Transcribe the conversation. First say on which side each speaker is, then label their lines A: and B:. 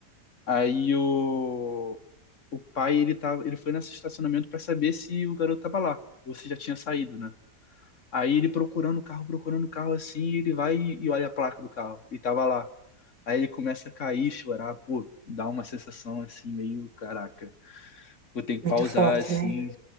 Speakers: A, on the left; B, on the right.
A: Aí o, o pai, ele tava, ele foi nesse estacionamento para saber se o garoto tava lá, ou se já tinha saído, né? Aí ele procurando o carro, procurando o carro assim, e ele vai e e olha a placa do carro. E tava lá. Aí ele começa a cair, chorar, pô, dá uma sensação assim, meio, caraca, vou ter que
B: muito
A: pausar
B: forte,
A: assim,
B: né?